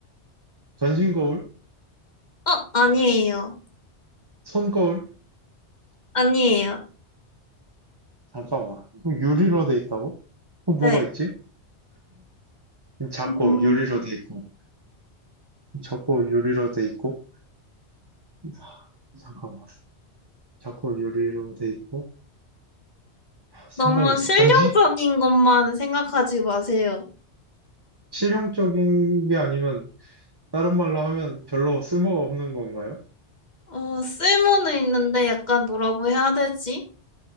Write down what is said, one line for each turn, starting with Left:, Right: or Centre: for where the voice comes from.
Right: 전신 거울?
Left: 어, 아니에요.
Right: 손 거울?
Left: 아니에요.
Right: 잠깐만. 그럼 유리로 돼 있다고? 그럼
Left: 네.
Right: 뭐가 있지? 작고
Left: 음,
Right: 유리로 돼 있고. 자꾸 유리로 돼 있고 아, 잠깐만 자꾸 유리로 돼 있고 아, 생각이
Left: 너무
Right: 안
Left: 실용적인
Right: 나. 반지?
Left: 것만 생각하지 마세요.
Right: 실용적인 게 아니면 다른 말로 하면 별로 쓸모가 없는 건가요?
Left: 어, 쓸모는 있는데 약간 뭐라고 해야 되지?